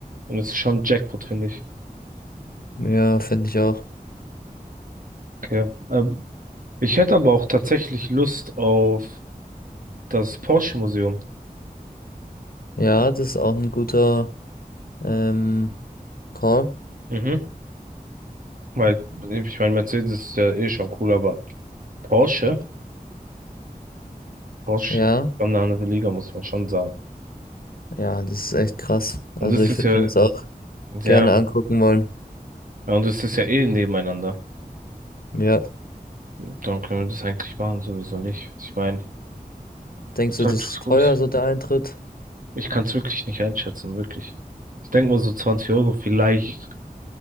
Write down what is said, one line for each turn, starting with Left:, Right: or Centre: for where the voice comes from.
Right: dann ist es schon Jackpot, finde ich.
Left: Ja, finde ich auch.
Right: Okay. Ähm, ich hätte aber auch tatsächlich Lust auf das Porsche-Museum.
Left: Ja, das ist auch ein guter ähm, Call.
Right: Mhm. Weil, ich meine, Mercedes ist ja eh schon cool, aber Porsche, Porsche
Left: Ja,
Right: ist schon eine andere Liga, muss man schon sagen.
Left: ja, das ist echt krass.
Right: Und
Left: Also
Right: das
Left: ich
Right: ist
Left: würde
Right: ja,
Left: mir das auch
Right: ja,
Left: gerne angucken wollen.
Right: Ja, und es ist ja eh nebeneinander.
Left: Ja.
Right: Dann können wir das eigentlich machen, sowieso nicht. Ich meine, das
Left: Denkst
Right: ist
Left: du,
Right: halt
Left: das ist
Right: was Gutes.
Left: teuer, so der Eintritt?
Right: Ich kann es wirklich nicht einschätzen, wirklich. Ich denke mal so 20 Euro vielleicht.